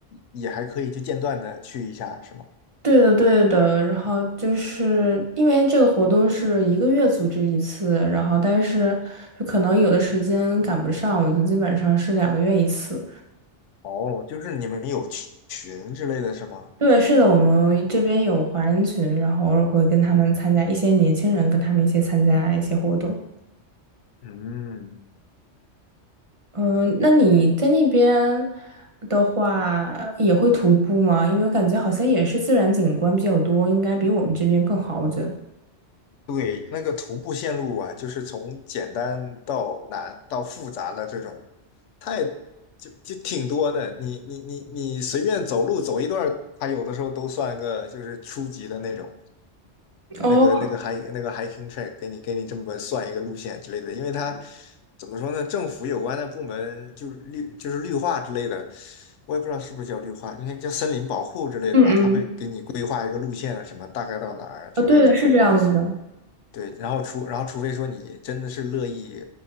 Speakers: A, on the left (about 85°); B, on the right (about 30°).
A: 也还可以，就间断的去一下，是吗？
B: 对的，对的。然后就是因为这个活动是一个月组织一次，然后但是就可能有的时间赶不上，我就基本上是两个月一次。
A: 哦，就是你们有群群之类的是吗？
B: 对，是的，我们这边有华人群，然后偶尔会跟他们参加一些年轻人跟他们一起参加一些活动。
A: 嗯，
B: 嗯、那你在那边的话也会徒步吗？因为我感觉好像也是自然景观比较多，应该比我们这边更好，我觉得。
A: 对，那个徒步线路啊，就是从简单到难到复杂的这种，太就就挺多的。你你你你随便走路走一段儿，它有的时候都算个就是初级的那种
B: 哦，
A: 那个那个还那个 hiking track，给你给你这么算一个路线之类的。因为它怎么说呢，政府有关的部门就是绿就是绿化之类的，我也不知道是不是叫绿化，应该叫森林保护之类的吧。
B: 嗯嗯，
A: 它会给你规划一个路线啊，什么大概到哪儿啊之类的这种。
B: 哦，对的，是这样子的。
A: 对，然后除然后除非说你真的是乐意